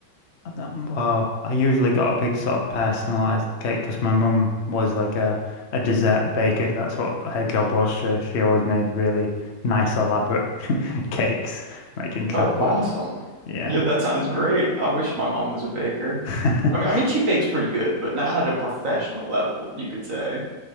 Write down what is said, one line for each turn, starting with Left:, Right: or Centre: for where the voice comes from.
Left: I don't, well, I usually got a big sort of personalized cake because my mum was like a, a dessert baker. That's what her job was. So she always made really nice, elaborate <laughs> cakes, like in chocolate.
Right: Oh, awesome.
Left: Yeah.
Right: Yeah, that sounds great. I wish my mom was a baker.
Left: <laughs>
Right: I mean, I mean, she bakes pretty good, but not at a professional level, you could say.